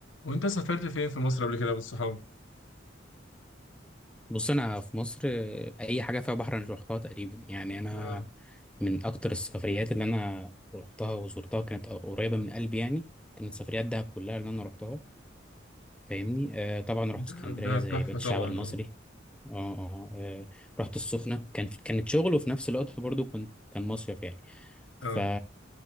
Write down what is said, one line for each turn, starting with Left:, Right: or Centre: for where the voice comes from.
Left: وانت سافرت فين في مصر قبل كده بالصحاب؟
Centre: بص انا في مصر آه، اي حاجه فيها بحر انا روحتها تقريبا يعني انا
Left: اه
Centre: من اكتر السفريات اللي انا روحتها وزرتها كانت قريبه من قلبي يعني كانت سفريات دهب كلها اللي انا روحتها فاهمني آه طبعا رحت اسكندريه
Left: دهب دهب
Centre: زي
Left: تحفة
Centre: بقية الشعب
Left: طبعا
Centre: المصري
Left: اه
Centre: اه اه آه، رحت السخنه كان كانت شغل وفي نفس الوقت برضو كنت كان مصيف يعني ف
Left: اه